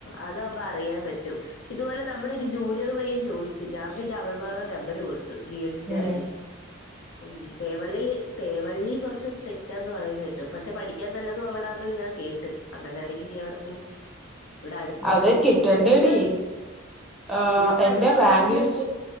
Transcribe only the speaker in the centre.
ഉം
<inaudible>
അത് കിട്ടണ്ട
ടി ആ
എന്റെ
റാങ്ക് ലിസ്റ്റ്